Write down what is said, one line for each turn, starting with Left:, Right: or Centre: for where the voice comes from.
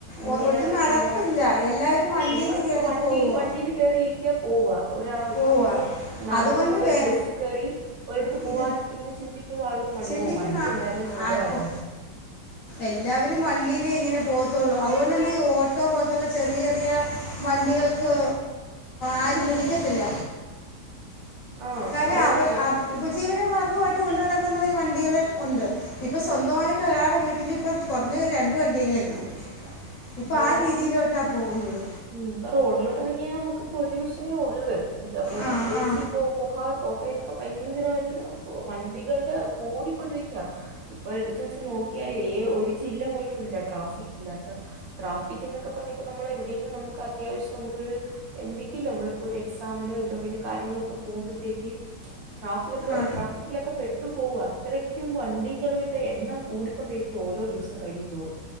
Left: ഒ-
Right: ഇങ്ങനെ
Left: ഒട്ടും നടപ്പില്ല
Right: എന്താ
Left: എല്ലാവരും
Right: ഉം
Left: വണ്ടിയിൽ
Right: അവർക്ക്
Left: കയറി
Right: വണ്ടി
Left: പോവുക
Right: വണ്ടില് റി ഇരിക്ക പോവ ഒരാൾ
Left: പോവുക
Right: ഇപ്പൊ ഒന്ന് നടന്നപ
Left: അതുകൊണ്ട്
Right: പോയൊരു
Left: വേ
Right: ബ കേറി ഒരിടത്ത് പോവാൻ
Left: ഇത്
Right: ഇങ്ങെ ചിന്തിക്കുമ്പോ ആൾക്ക് മടി
Left: ചിന്തിക്കുന്ന
Right: ഓ വണ്ടി ഉണ്ടായിരുന്നെ സുഖവായിരുന്നു
Left: ആർക്കും എല്ലാവരും വണ്ടിയിലേ ഇങ്ങനെ പോഹത്തൊള്ളൂ. അതുകൊണ്ട് തന്നെ ഈ ഓട്ടോ പോലെത്തുള്ള ചെറിയ ചെറിയ വണ്ടികൾക്ക് ആരും വിളിക്കത്തില്ല
Right: ആ
Left: കാര്യ
Right: അത്
Left: ആവർ
Right: തന്നെ
Left: അവ ഉപജീവന മാർഗവായിട്ട് കൊണ്ട് നടക്കുന്ന ഒരു വണ്ടികള് ഉണ്ട് ഇപ്പൊ സ്വന്തവായിട്ട് ഒരാളെ വിട്ട് ട്ടിലിപ്പം കൊറ്ഞ്ഞെ രണ്ട് വണ്ടിയെങ്കിലും കാണും. ഇപ്പ
Right: അത്
Left: ആ രീതിയിലോട്ടാ പോകുന്നത്
Right: ഉം ഇപ്പൊ റോഡിലോട്ട് എറങ്ങിയാ നമക്ക് പൊല്യൂഷനേ ഒള്ള്
Left: ആ
Right: പ്രത്യേകിച്ച്
Left: ആ
Right: ഇപ്പൊ ഉഹ <unintelligible> യൊക്കെ ഭയങ്കര വായിട്ട് വണ്ടികള്ടെ കൂടിക്കൊണ്ടിരിക്ക ഇപ്പൊ എടുത്ത വച്ച് നോക്കിയാൽ ഏ ഒരു ജില്ല പോലും ഇല്ല ട്രാഫിക് ഇല്ലാത്ത ട്രാഫിക് എന്നൊക്കെ പറ ഇപ്പ നമ്മൾ എവിടെയേലും നമുക്ക് അത്യാശ്യം നമുക്കൊരു എന്തെങ്കിലും നമ്മളിപ്പോൊ ഒരു എക്സാമിനോ ഇന്റർവ്യൂവിനോ കാര്യങ്ങളൊക്കെ പോകുമ്പോഴത്തേക്ക് ട്രാഫ
Left: ആ
Right: ട്രാഫിക്കിലൊക്കെ പെ തട്ട് പോകാ അത്രക്കും വണ്ടികളുടെ എണ്ണം കൂടിക്കൊണ്ടിരിക്കുക ഓരോ ദിവസം കഴിയും തോറും